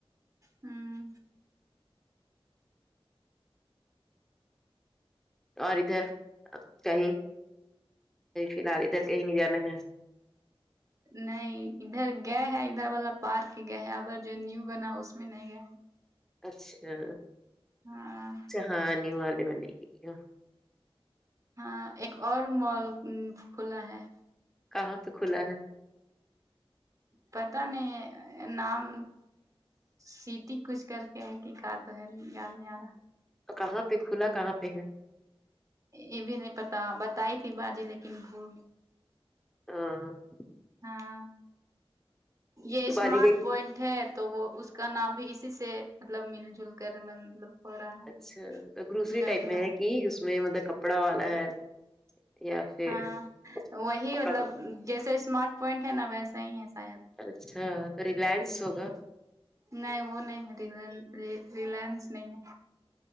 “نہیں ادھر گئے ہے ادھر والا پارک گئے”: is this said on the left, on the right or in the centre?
Right